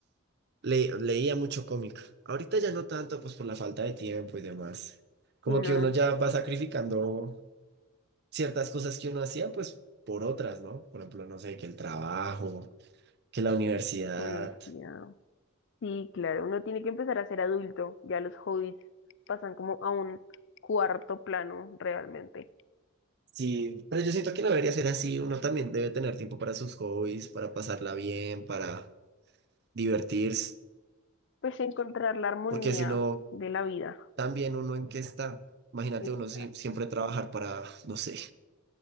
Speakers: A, on the right; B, on the left.
A: le- leía mucho cómic. Ahorita ya no tanto, pues por la falta de tiempo y demás. Como
B: Sí, no.
A: que
B: la
A: uno ya va sacrificando ciertas cosas que uno hacía, pues por otras, ¿no? Por ejemplo, no sé, que el trabajo, que la universidad.
B: Universidad. Sí, claro. Uno tiene que empezar a ser adulto. Ya los hobbies pasan como a un cuarto plano realmente.
A: Sí, pero yo siento que no debería ser así. Uno también debe tener tiempo para sus hobbies, para pasarla bien, para divertirse.
B: Pues encontrar la armonía
A: porque si no,
B: de la vida.
A: también uno en qué está. Imagínate
B: Exacto.
A: uno si- siempre trabajar para, no sé,